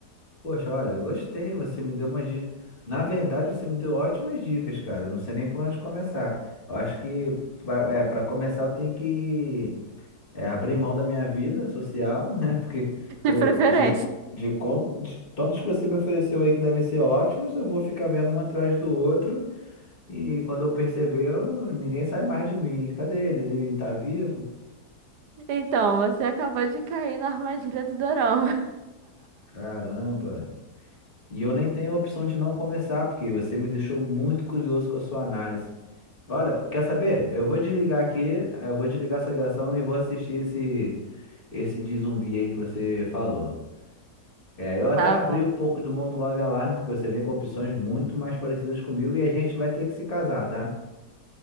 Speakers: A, on the left; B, on the right.
A: Poxa, olha, eu gostei, você me deu umas dicas. Na verdade, você me deu ótimas dicas, cara. Eu não sei nem por onde começar. Eu acho que pra, é, pra começar eu tenho que é, abrir mão da minha vida social, né? <laughs> Porque
B: <laughs> de
A: o,
B: preferência.
A: de, de, com, de tantos que você me ofereceu aí que devem ser ótimos, eu vou ficar vendo um atrás do outro E quando eu perceber, eu ninguém sai mais de mim. Cadê ele? Ele tá vivo?
B: Então, você acabou de cair na armadilha do Dorama. <laughs>
A: Caramba. E eu nem tenho a opção de não começar, porque você me deixou muito curioso com a sua análise. Olha, quer saber? Eu vou desligar aqui, eu vou desligar essa ligação e vou assistir esse esse de zumbi aí que você falou. É, eu até
B: Tá
A: abri
B: bom.
A: um pouco do mundo Love Alarm, porque você vem com opções muito mais parecidas comigo e a gente vai ter que se casar, tá?